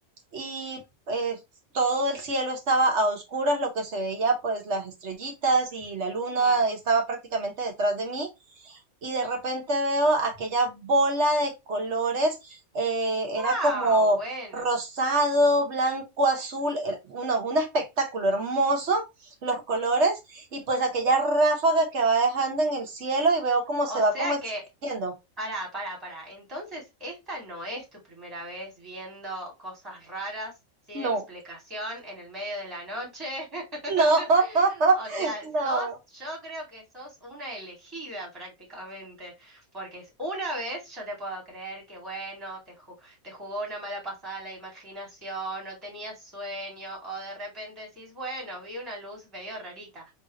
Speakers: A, on the right; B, on the right.
A: y eh, todo el cielo estaba a oscuras, lo que se veía pues las estrellitas y la luna
B: mm.
A: estaba prácticamente detrás de mí y de repente veo aquella bola de colores, eh, era
B: Ah,
A: como
B: bueno.
A: rosado, blanco, azul, era una- un espectáculo hermoso los colores y pues aquella ráfaga que va dejando en el cielo y veo cómo
B: O
A: se
B: sea
A: va como extinguiendo.
B: que Pará, pará, pará. Entonces, esta no es tu primera vez viendo cosas raras sin
A: No,
B: explicación en el medio de la noche. <laughs>
A: no, <laughs>
B: O sea, sos,
A: no.
B: yo creo que sos una elegida prácticamente, porque es una vez yo te puedo creer que bueno, te ju- te jugó una mala pasada la imaginación, no tenías sueño, o de repente decís, bueno, vi una luz medio rarita,